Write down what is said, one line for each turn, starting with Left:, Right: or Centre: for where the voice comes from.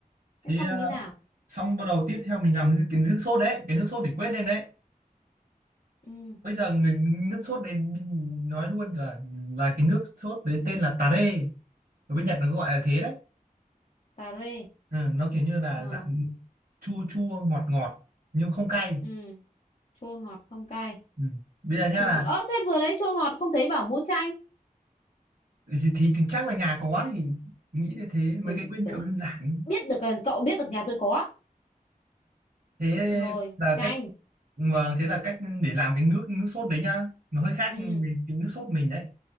Left: thế
Right: thế
Left: xong
Right: ờ,
Left: như nào?
Right: xong bắt đầu tiếp theo mình làm cái, cái nước sốt đấy cái nước sốt để quét lên đấy
Left: Ừ,
Right: bây giờ người, nước sốt đấy mình nói luôn là là cái nước sốt đấy tên là tare ở bên Nhật nó gọi là
Left: Ừ.
Right: thế đấy
Left: cà rê.
Right: ừ, nó kiểu như là
Left: Ờ,
Right: dạng chua chua ngọt ngọt nhưng không cay
Left: ừ, chua ngọt không cay.
Right: ừ. bây giờ nhá
Left: chua
Right: là
Left: ngọt ơ thế vừa nãy chua ngọt không thấy bảo mua chanh
Right: thì, thì, thì chắc là nhà có thì nghĩ là thế mấy
Left: Ui
Right: cái
Left: giời.
Right: nguyên liệu đơn giản
Left: biết được ờ, cậu biết được nhà tôi có
Right: thế
Left: rồi
Right: là
Left: chanh
Right: cách vâng thế là cách để làm cái nước nước sốt đấy nhá nó hơi khác
Left: ừ
Right: về cái nước sốt mình đấy